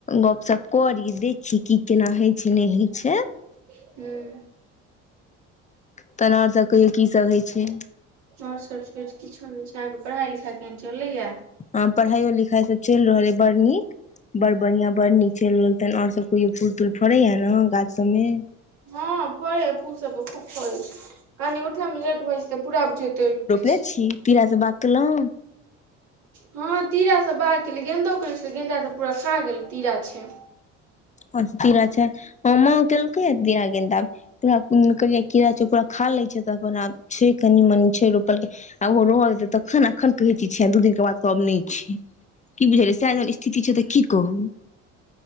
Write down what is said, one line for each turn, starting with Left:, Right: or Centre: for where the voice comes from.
Left: गपशप करी दे खी कि केना होइ छै, नहि होइ छै।
Right: हूं
Left: तहन और सब कहियौ की सभ होय छै।
Right: और सब सोच किछो नहि छै, अहाँके पढ़ाई लिखाई केहन चलय ये।
Left: आ पढ़ाइयो लिखाइसभ चलि रहलै, अय बर नीक बड़ बढ़ियां बड़ नीक चलि रहल तहन और सब कहियो फूल तूल फरय नै गाछ सब में।
Right: हँ फरये फूल सब खूब फरय छै, कनि उठय मे लेट भ जाय छै ते पूरा बुझियौ तोड़ ले छै।
Left: ऐ छी पीरा से बात कें लों
Right: हँ तीरा सब बाग केलये,, गेंन्दो केने छलै, गेंन्दा तऽ पूरा खा गेल तीरा छै
Left: हं तीरा छै, हं मां केलकै तीरा गेंदा, पूरा कुन करी कीड़ा छो पुरा खा ले छै, तऽ अपन आब छै, कनि मनी छै, रोपल के आ ओहो रह देे तय तखन न। अखन क्रिटी छैन, दू दिनक के बाद कहब नहि छै, की बुझल य सैह जहन स्थिति छै तऽ की कहू।
Right: <inaudible>